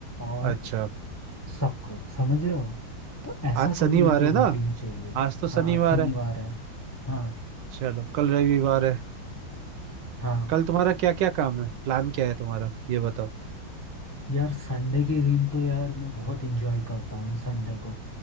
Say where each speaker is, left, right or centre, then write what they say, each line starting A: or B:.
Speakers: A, on the left (about 25°); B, on the right (about 75°).
A: और
B: अच्छा
A: सब कुछ समझ रहे हो तो ऐसा
B: आज
A: कोई
B: शनिवार
A: मेरे को
B: है
A: रूटीन
B: ना
A: चाहिए
B: आज तो
A: हाँ
B: शनिवार
A: आज शनिवार
B: है
A: है हाँ
B: चलो कल रविवार है
A: हाँ
B: कल तुम्हारा क्या क्या काम है प्लान क्या है तुम्हारा ये बताओ
A: यार संडे के दिन तो यार मैं बहुत एंजॉय करता हूँ संडे को